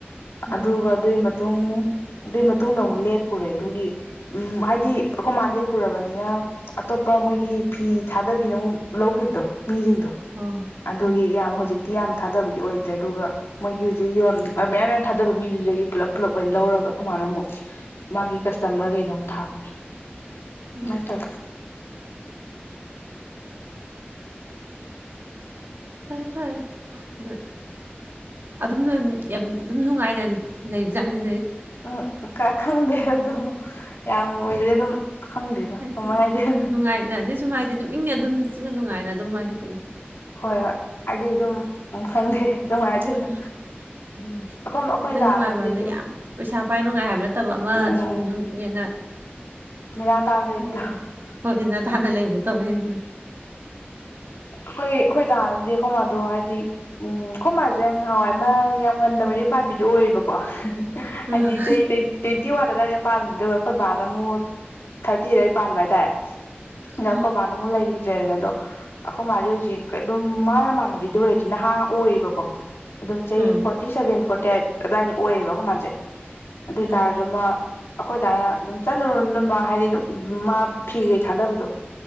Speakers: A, on the right (about 60°); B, on the left (about 75°).
A: ꯎꯝ
B: ꯑꯗꯨꯗꯒꯗꯨꯏ ꯃ ꯃꯇꯨꯡ ꯑꯗꯨꯏ ꯃꯇꯨꯡꯗ ꯑꯃꯨꯛ ꯂꯦꯞꯄꯨꯔꯦ ꯑꯗꯨꯒꯤ ꯎꯝ ꯍꯥꯏꯗꯤ ꯑꯩꯈꯣꯏ ꯃꯥꯅ ꯂꯦꯞꯄꯨꯔꯕꯅꯤꯅ ꯑꯇꯣꯞꯄ ꯃꯣꯏꯒꯤ ꯐꯤ ꯊꯥꯗꯕꯤꯅ ꯑꯃꯨꯛ ꯂꯧꯒꯤꯕꯗꯣ ꯃꯤꯁꯤꯡꯗꯣ
A: ꯍꯣꯏ
B: ꯑꯗꯨꯒꯤ
A: ꯍꯣꯏ ꯎꯝ
B: ꯌꯥꯝ ꯍꯧꯖꯤꯛꯇꯤ ꯌꯥꯝ ꯊꯥꯗꯕꯒꯤ ꯑꯣꯏꯗ꯭ꯔꯦ ꯑꯗꯨꯒ ꯃꯣꯏꯒꯤ ꯍꯨꯖꯤꯛ ꯌꯣꯟ ꯑ ꯃꯌꯥꯝ ꯃꯌꯥꯝ ꯊꯥꯗꯕ ꯃꯤꯗꯨꯗꯒꯤ ꯄꯨꯂꯞ ꯄꯨꯂꯞ ꯑꯣꯏꯅ ꯂꯧꯔꯒ ꯈꫭꯃꯥꯏꯅ ꯑꯃꯨꯛ ꯃꯥꯒꯤ ꯀꯁꯇꯃꯔꯈꯩꯗ ꯃꯨꯛ ꯊꯥꯕ
A: ꯎꯝ
B: ꯃꯥꯏ ꯇꯧ
A: ꯐꯔꯦ ꯐꯔꯦ <unintelligible> ꯑꯗꯨꯝꯅ ꯌꯥꯝ ꯗꯨꯝ ꯅꯨꯡꯉꯥꯏꯅ ꯂꯩꯕ ꯖꯥꯠꯅꯦ
B: ꯎꯝ ꯀ ꯈꯪꯗꯦ ꯑꯗꯨꯝ ꯌꯥꯝ ꯑꯣꯏꯗꯦ ꯑꯗꯨꯝ ꯈꯪꯗꯦꯗꯣ
A: ꯍꯥꯏꯗꯤ
B: ꯀꯃꯥꯏ ꯍꯥꯏꯗꯣꯏꯅꯣ
A: ꯅꯨꯡꯉꯥꯏꯅ ꯑꯗꯤ ꯁꯨꯝ ꯍꯥꯏꯗꯤ ꯏꯪꯅ ꯑꯗꯨꯝ ꯆꯤꯛꯅ ꯅꯨꯡꯉꯥꯏꯅ ꯑꯗꯨꯝ ꯍꯥꯏꯗꯤ ꯀ
B: ꯍꯣꯏ ꯍꯣꯏ ꯍꯥꯏꯗꯤ ꯑꯗꯨꯝ ꯎꯝ ꯈꯪꯗꯦ
A: ꯅꯪꯖꯦ
B: ꯀꯃꯥꯏ ꯍꯥꯏꯗꯣꯏꯅꯣ
A: ꯅꯨꯡꯉꯥꯏꯗꫭꯏꯅꯤ
B: ꯑꯩꯈꯣꯏ
A: ꯎꯝ ꯍꯦꯛꯇ
B: ꯑꯩꯈꯣꯏ
A: ꯅꯨꯡꯉꯥꯏꯕꯅ
B: ꯗꯥꯅꯗꯤ ꯑꯗꯨꯝ
A: ꯌꯥꯝ ꯄꯩꯁꯥ ꯄꯥꯏ ꯅꯨꯡꯉꯥꯏ ꯍꯥꯏꯕ ꯅꯠꯇꯕ ꯑꯃ
B: ꯎꯝ ꯎꯝ
A: ꯁꯨꯝ
B: ꯎꯝ
A: ꯑꯗꯨꯝ ꯌꯦꯅ
B: ꯅꯦꯅꯥ ꯇꯥꯅ ꯂꯩꯕꯗꯣ
A: ꯍꯥꯏ ꯍꯥꯏꯗꯤꯅ
B: ꯎꯝ
A: ꯊꯥꯗ ꯂꯩꯕ ꯅꯠꯇꯕꯅꯤꯅ
B: ꯈꯣꯏ ꯈꯣꯏ ꯗꯥꯅꯗꯤ ꯈꯣꯏꯃꯥꯗꯣ ꯍꯥꯏꯗꯤ ꯎꯝ ꯈꯣꯏꯃꯥꯁꯦ ꯉꯍꯥꯋꯥꯏ ꯑꯃ‌ ꯌꯥꯝ ꯉꯟꯅ ꯃꯌꯨꯝ ꯄꯥꯟꯕꯤꯗꯣ ꯑꯣꯏꯌꯦꯕ <unintelligible>
A: ꯎꯝ
B: ꯍꯥꯏꯗꯤ ꯆꯍꯤ ꯇꫭꯏꯟ ꯇ꯭ꯋꯦꯟꯇꯤ ꯋꯥꯟꯗ ꯑꯗꯥꯏꯗ ꯄꯥꯟ <unintelligible> ꯑꯗꯨꯒ ꯑꯩꯈꯣꯏ ꯕꯥꯅ ꯃꯨꯛ ꯊꯥꯔꯇꯤ ꯑꯗꯥꯏ ꯄꯥꯟꯕ ꯍꯥꯏꯇꯥꯔꯦ ꯅꯈꯣꯕꯅ
A: ꯎꯝ
B: ꯑꯃꯨꯛ ꫪꯩꯏ ꯖꯦꫪꯤꯅꯗꯣ ꯑꯈꯣ ꯃꯥꯖꯤ ꯍꯧꯖꯤꯛ ꯀ ꯎꯝ ꯃꯥꯅꯃꯥꯟꯅꯕꯤꯗ ꯑꯣꯏꯔꯗꯤ ꯅꯍꯥ ꯑꯣꯏꯌꯦꯕꯀꯣ ꯑꯗꯨꯝ ꯆꯥꯍꯤ
A: ꯎꯝ
B: ꯐꯣꯔꯇꯤ ꯁꯦꯚꯦꯟ ꯐꯣꯔꯇꯤ ꯑꯥꯏꯠ ꯑꯗꯨꯏꯥꯏꯅ ꯑꯣꯏꯌꯦꯕꯀꯣ ꯃꯥꯁꯦ ꯑꯗꯨ
A: ꯎꯝ
B: ꯑꯣꯏꯇꯥꯔꯁꯨꯃ ꯑꯩꯈꯣꯏ ꯗꯅ ꯑꯗꯨꯝ ꯆꯠꯂꯨꯔꯣꯅꯣꯏ ꯃꯥ ꯍꯥꯏꯗꯤꯝ ꯃꯥ ꯐꯤ ꯀꯩ ꯊꯥꯗꯕꯗꯣ